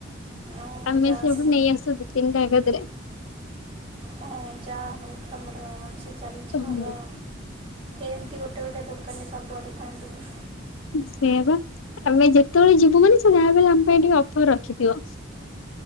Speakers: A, on the right; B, on the left.
A: ଆଉ
B: ଆମେ
A: ଯାହା
B: ସେଇଠୁ ନେଇଆସୁ ଦି ତିନି ଟା ଏକାଥରେ।
A: ହ ଯାହା ହଉ ତମର ଅଛି ଚାଲିଛି
B: ଓହୋ।
A: ଭଲ। ଏମିତି ଗୋଟେ ଗୋଟେ ଦୋକାନୀ ସବୁଆଡ଼େ ଥାଆନ୍ତେକି।
B: ସେଇ ବା ଆମେ ଯେତେବେଳେ ଯିବୁ ମାନେ ସେ ଯାହା ବି ହେଲେ ଆମ ପାଇଁ ଟିକେ ଅଫର ରଖିଥିବ।